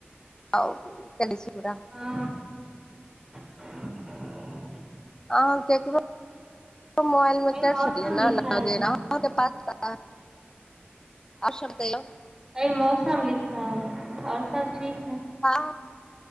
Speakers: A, on the left (about 20°); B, on the right (about 15°).
A: आ करय छी पूरा
B: हाँ <inaudible>
A: अहाँ ककरो मोबाइलमे
B: अभी
A: करि
B: मौसम
A: सकलियै ने
B: लिखायल है
A: अहाँके पास आस तय
B: अ मौसम लिखा आओर सब ठीक है
A: हँ